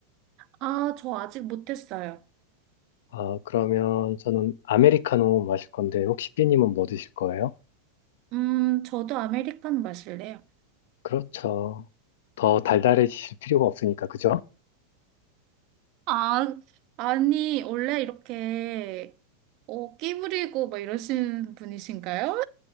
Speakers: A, on the right; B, on the left.
A: 아, 저 아직 못했어요.
B: 아, 그러면 저는 아메리카노 마실 건데, 혹시 삐님은 뭐 드실 거예요?
A: 음, 저도 아메리카노 마실래요.
B: 그렇죠. 더 달달해지실 필요가 없으니까, 그죠?
A: 아, 아니, 원래 이렇게, 어, 끼 부리고 막 이러시는 분이신가요?